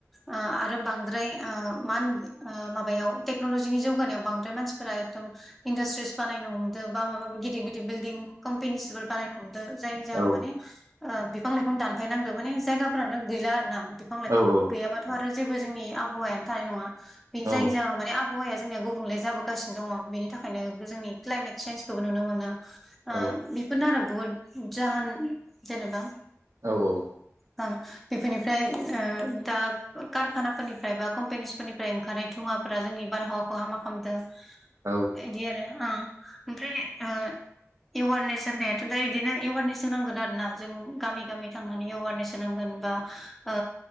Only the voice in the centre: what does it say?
आ आरो बांद्राय आ मान आ‌ माबायाव टेक्नलजिनि जौगानायाव बांद्राय मानसिफोरा एकदम इन्दासट्रिस बानायनो हमदो बा माबा माबि‌ गिदिर गिदिर बिलदिं कोम्पेनिसफोर बानायनो हमदो जाहोनाव
माने ओ बिफां लाइफां दानफायनांदो माने जायाफोरानो गैला आरो ना। बिफां लाइफां
गैयाबाथ' आरो जेबो जोंनि आबहावायानो थानाय नंङा बे
जायनि जाहोनाव माने आ बहावाया जोंनिया गुबुंले जाबोगासिनो दंङ, बेनि थाखायनो जोंनि क्लाइमेट चेन्जखौबो नुनो मोनो।
आ बिफोरनो आरो बुहुद उम जाहोन जेनेबा
बां बेफोरनिफ्राय ओ दा कारखाना फोरनिफ्राय बा कम्पेनिसफोरनिफ्राय ओंखारनाय धुवाफोरा जोंनि बारहावाखौ हामा खामदों।
इदि आरो ओ ओमफ्राय ओ इवारनेस होननायाथ' दा इदिनो एवारनेस होनांगोन आरो ना जों गामि गामि थांनानै एवारनेस होनांगोन बा ओ